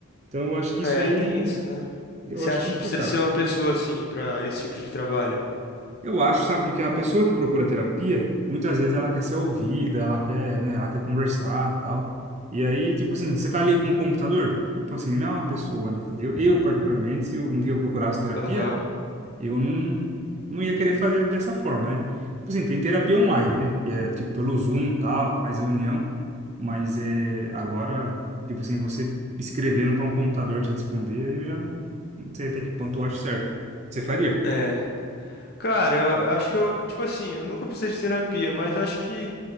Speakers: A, on the right; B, on the left.
A: Então, eu acho que
B: É,
A: isso aí,
B: tem isso, né?
A: eu
B: Você
A: acho
B: acha
A: complicado.
B: que precisa ser uma pessoa assim pra esse tipo de trabalho?
A: Eu acho, sabe, porque a pessoa que procura terapia, muitas vezes ela quer ser ouvida, ela quer, né, ela quer conversar, tal. E aí, tipo assim, você tá ali com o computador, tipo assim, não é uma pessoa, né? Eu, eu particularmente, se um dia eu procurasse terapia,
B: Aham.
A: eu não, não ia querer fazer dessa forma, né? Tipo assim, tem terapia online, né? Que é tipo pelo Zoom, tal, faz reunião, mas é agora, tipo assim, você escrevendo para um computador te responder, aí eu já não, não sei até que ponto eu acho certo. Você faria?
B: É. Cara, eu eu acho que eu, tipo assim, eu nunca precisei de terapia, mas acho que